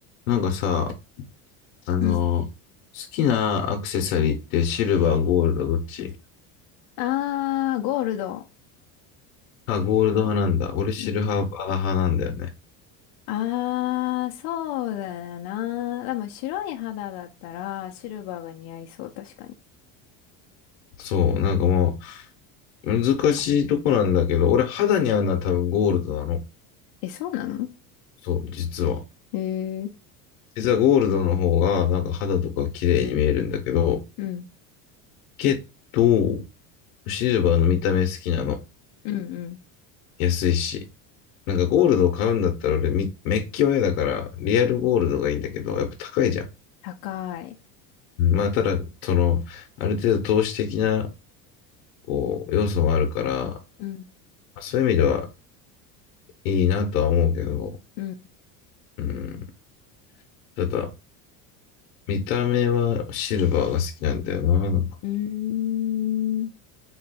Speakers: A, on the left; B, on the left.
A: なんかさ、あの、
B: うん。
A: 好きなアクセサリーってシルバー、ゴールド、どっち
B: あー、ゴールド。
A: あ、ゴールド派なんだ。俺シルバー派なんだよね。
B: うん。あー、そうだな。でも白い肌だったらシルバーが似合いそう、確かに。
A: そう、なんかもう、難しいとこなんだけど、俺肌に合うのは多分ゴールドなの。
B: え、そうなの
A: そう、実は。
B: えー、
A: 実はゴールドの方が、なんか肌とか綺麗に見えるんだけど、
B: うん、
A: けど、シルバーの見た目好きなの。
B: うん、うん。
A: 安いし。なんかゴールドを買うんだったら俺みメッキは嫌だから、リアルゴールドがいいんだけど、やっぱ高いじゃん。
B: 高い。
A: まあ、ただ、その、ある程度投資的な、こう、要素もあるから、
B: うん、
A: そういう意味ではいいなとは思うけど、
B: うん。
A: うん。ただ、見た目はシルバーが好きなんだよな。なんか、
B: うーん。